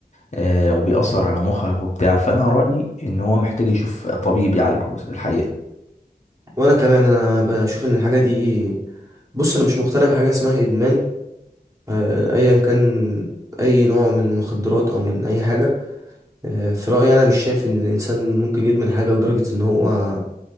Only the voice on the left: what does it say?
آه، وبيأثر على مخك وبتاع فانا رأيي ان هو محتاج يشوف طبيب يعالجه الحقيقة